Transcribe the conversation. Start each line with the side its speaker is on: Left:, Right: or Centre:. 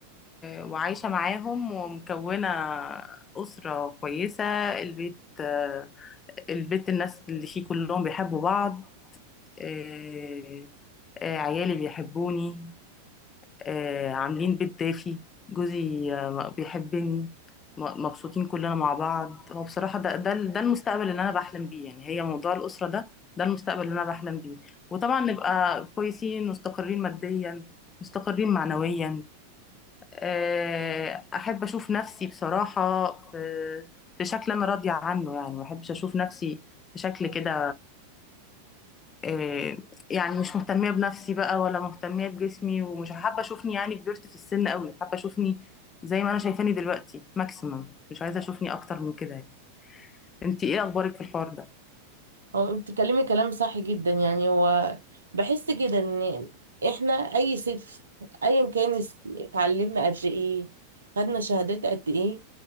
Left: وعايشه معاهم ومكونه اسره كويسه البيت آه، البيت الناس اللي فيه كلهم بيحبوا بعض آه، آه، عيالي بيحبوني آه، عاملين بيت دافي جوزي آه، بيحبني م- مبسوطين كلنا مع بعض هو بصراحة ده ده ده المستقبل اللي أنا بحلم بيه يعني هي موضوع الأسرة ده ده المستقبل اللي أنا بحلم بيه وطبعا نبقى كويسين مستقرين ماديا مستقرين معنويا آه، أحب أشوف نفسي بصراحة في في شكل أنا راضية عنه يعني ما أحبش أشوف نفسي في شكل كده آه، يعني مش مهتمية بنفسي بقى ولا مهتمية بجسمي ومش حابة اشوفني يعني كبرت في السن قوي حابة اشوفني زي ما انا شايفاني دلوقتي ماكسيمم مش عايزة اشوفني اكتر من كده يعني انت ايه اخبارك في الحوار ده
Right: هو بتتكلمي كلام صح جدا يعني هو بحس كده ان احنا اي ست ايا كان الس- اتعلمنا قد ايه خدنا شهادات قد ايه